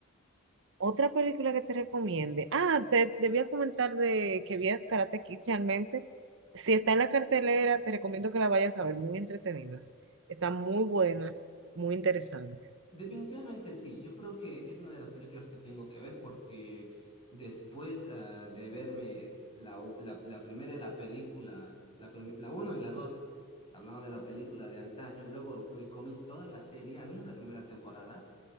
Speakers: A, on the right (about 65°); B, on the left (about 25°).
A: Otra película que te recomiende. Ah, te debía comentar de que vías Karate Kid realmente. Si está en la cartelera, te recomiendo que la vayas a ver, muy entretenida. Está muy buena, muy interesante.
B: Definitivamente sí. Yo creo que es una de las películas que tengo que ver porque después ah, de verme la, o- la, la primera de la película, la, prim- la uno y la dos, hablando de la película de antaño, luego me comí toda la serie, al menos la primera temporada,